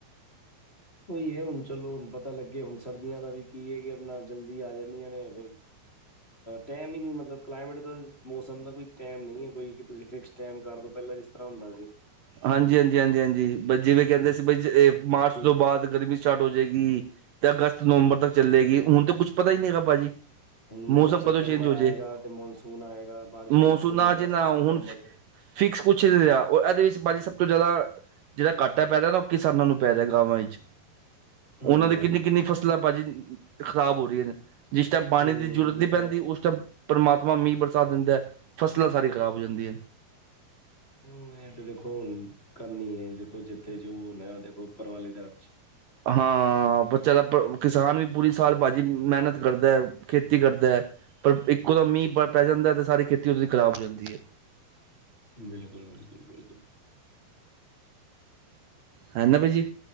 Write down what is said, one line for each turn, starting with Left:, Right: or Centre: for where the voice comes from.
Left: ਉਹੀ ਐ ਹੁਣ ਚਲੋ ਹੁਣ ਪਤਾ ਲੱਗੇ ਹੁਣ ਸਰਦੀਆਂ ਦਾ ਵੀ ਕੀ ਹੈ ਕਿ ਆਪਣਾ ਜਲਦੀ ਆ ਜਾਂਦੀਆਂ ਨੇ ਫਿਰ। ਟਾਈਮ ਹੀ ਨਹੀਂ ਮਤਲਬ ਕਲਾਈਮੇਟ ਦਾ ਮੌਸਮ ਦਾ ਕੋਈ ਟਾਈਮ ਨਹੀਂ ਹੈ ਕੋਈ ਕਿ ਤੁਸੀਂ ਫਿਕਸ ਟਾਈਮ ਕਰ ਦਿਉ ਪਹਿਲਾ, ਤਰ੍ਹਾਂ ਹੁੰਦਾ ਸੀ।
Right: ਹਾਂਜੀ ਹਾਂਜੀ, ਹਾਂਜੀ ਹਾਂਜੀ, ਬਸ ਜਿਵੇਂ ਕਹਿੰਦੇ
Left: ਹੂੰ,
Right: ਸੀ ਬ ਮਾਰਚ
Left: ਠੀਕ
Right: ਤੋਂ
Left: ਹੈ।
Right: ਬਾਅਦ ਗਰਮੀ ਸਟਾਰਟ ਹੋ ਜਾਏਗੀ ਤੇ ਅਗਸਤ ਨਵੰਬਰ ਤੱਕ ਚੱਲੇਗੀ ਹੁਣ ਤਾਂ ਕੁੱਛ ਪਤਾ ਹੀ ਨਹੀਂ ਹੈਗਾ ਭਾਜੀ।
Left: ਹੁਣ
Right: ਮੌਸਮ
Left: ਮਤਲਬ ਸੈਪਟੰਬਰ
Right: ਕਦੋਂ ਚੇਂਜ ਹੋ
Left: ਆਏਗਾ
Right: ਜੇ
Left: ਤੇ ਮੌਨਸੂਨ ਆਏਗਾ ਬਾਰਿਸ਼ਾਂ
Right: ਮੌਸੂਨਾ
Left: ਲੱਗਣ ਦੀਆਂ ਅਗਸਤ
Right: ਜੇ ਨਾ ਹੁਣ
Left: ਸੈਪਟੰਬਰ ਚ।
Right: ਫਿਕਸ ਕੁਛ ਰਿਹਾ ਇਹਦੇ ਵਿੱਚ ਬਾ ਸਭ ਤੋਂ ਜ਼ਿਆਦਾ ਜਿਹੜਾ ਘੱਟ ਪੈ ਰਿਹਾ ਨਾ ਉਹ ਕਿਸਾਨਾਂ ਨੂੰ ਪੈ ਰਿਹਾ ਗਵਾਂ ਵਿੱਚ ਉਹਨਾਂ
Left: ਹਾਂਜੀ-ਹਾਂਜੀ,
Right: ਦੀ ਕਿੰਨੀ ਕਿੰਨੀ ਫਸਲ ਮਤਲਬ ਭਾਜੀ ਖ਼ਰਾਬ ਹੋ ਰਹੀ ਨੇ ਜਿਸ ਟਾਈਮ ਪਾਣੀ
Left: ਹੂੰ
Right: ਦੀ ਜ਼ਰੂਰਤ
Left: ਬਈ
Right: ਨਹੀਂ ਪੈਂਦੀ ਉਸ ਟਾਈਮ ਪਰਮਾਤਮਾ ਮੀਂਹ ਬਰਸਾ ਦਿੰਦਾ ਫਸਲਾਂ ਸਾਰੀਆਂ ਖਰਾਬ ਹੋ ਜਾਂਦੀਆਂ
Left: ਹੂੰ, ਇਹ ਤੇ ਦੇਖੋ ਹੁਣ ਕਰਨੀ ਹੈ ਦੇਖੋ ਜਿੱਥੇ ਜੋ ਹੁਣ ਦੇਖੋ ਉੱਪਰ ਵਾਲੇ ਦਾ,
Right: ਹਾਂ, ਬੱਚਿਆਂ ਕਿਸਾਨ ਵੀ ਪੂਰੀ ਸਾਲ ਭਾਜੀ ਮਿਹਨਤ ਕਰਦਾ। ਖੇਤੀ ਕਰਦਾ ਪਰ ਇੱਕੋ ਦਮ ਮੀਂਹ ਪੈ ਜਾਂਦਾ ਤੇ ਸਾਰੀ ਖੇਤੀ ਉਦੋਂ ਦੀ ਖ਼ਰਾਬ ਹੋ ਜਾਂਦੀ ਐ।
Left: ਬਿਲਕਲ ਬਿਲਕੁਲ ਬਿਲਕੁਲ।
Right: ਹੈ ਨਾ ਭਾਜੀ